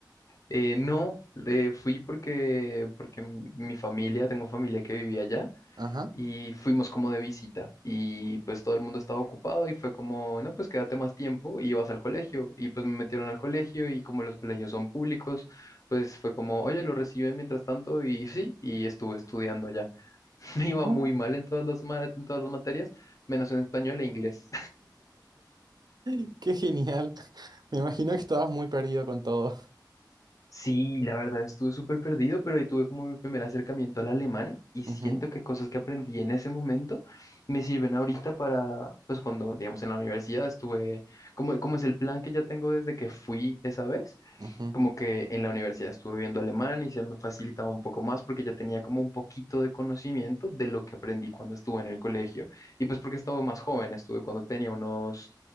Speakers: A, on the left; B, on the right.
A: Eh, no, eh, fui porque, porque m- mi familia, tengo familia que vivía allá
B: Ajá.
A: y fuimos como de visita y pues todo el mundo estaba ocupado y fue como, no, pues quédate más tiempo y vas al colegio y pues me metieron al colegio y como los colegios son públicos, pues fue como, oye, lo reciben mientras tanto y sí, y estuve estudiando allá. <laughs> Me iba
B: Oh,
A: muy mal en todas las, ma- en todas las materias, menos en español e inglés.
B: <laughs> qué genial. <laughs> Me imagino que estabas muy perdido con todo.
A: Sí, la verdad estuve súper perdido, pero ahí tuve como mi primer acercamiento al alemán y
B: Ujú,
A: siento que cosas que aprendí en ese momento me sirven ahorita para, pues cuando, digamos, en la universidad estuve, como, como es el plan que ya tengo desde que fui esa vez,
B: ujú.
A: como que en la universidad estuve viendo alemán y se me facilitaba un poco más porque ya tenía como un poquito de conocimiento de lo que aprendí cuando estuve en el colegio. Y pues porque estaba más joven, estuve cuando tenía unos...